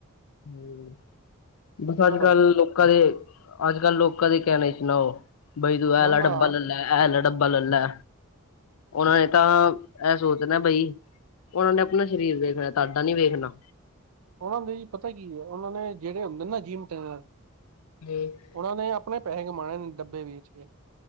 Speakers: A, on the left; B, on the right.
A: ਹੂੰ, ਬਸ
B: ਕਿਉਂ
A: ਅੱਜ
B: ਭਾਜੀ
A: ਕੱਲ੍ਹ ਲੋਕਾਂ ਦੇ ਅੱਜ ਕੱਲ ਲੋਕਾਂ ਦੇ ਕਹਿਣੇ ਚ ਨਾ ਆਯੋ ਬਈ ਤੂੰ ਐ
B: ਨਾ
A: ਲ
B: ਨਾ
A: ਡੱਬਾ ਲੈ-ਲੈ ਇਹ ਲ ਡੱਬਾ ਲੈ-ਲੈ। ਉਹਨਾ ਨੇ ਤਾਂ ਇਹ ਸੋਚਨਾ ਏ ਬਈ ਉਹਨਾਂ ਨੇ ਆਪਣਾ ਸ਼ਰੀਰ ਵੇਖਣਾ ਹੇ, ਤੁਾਡਾ ਨੀ ਵੇਖਣਾ
B: ਉਹਨਾਂ ਦੇ ਜੀ ਪਤਾ ਹੇ ਕੀ ਐ, ਉਹਨਾਂ ਨੇ ਜਿਹੜੇ ਹੁੰਦੇ ਨਾ ਜਿੰਮ ਟ੍ਰੇਨਰ
A: <unintelligible>
B: ਉਹਨਾਂ ਨੇ ਆਪਣੇ ਪੈਹੇ ਕਮਾਣੇ ਨੇ, ਡੱਬੇ ਵੇਚ ਕੇ